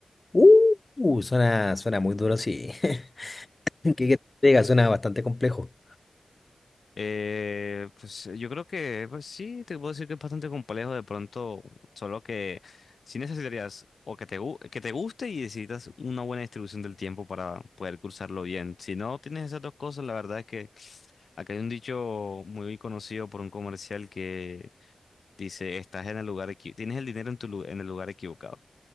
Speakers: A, on the left; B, on the left.
A: Uh, uh, suena, suena muy duro, sí. <laughs> ¿Qué, qué te llega? Suena bastante complejo.
B: Eh, pues yo creo que pues sí, te puedo decir que es bastante complejo de pronto, solo que si necesitarías o que te, gu- que te guste y necesitas una buena distribución del tiempo para poder cursarlo bien. Si no tienes esas dos cosas, la verdad es que acá hay un dicho muy conocido por un comercial que dice, estás en el lugar equi- tienes el dinero en tu, lu- en el lugar equivocado.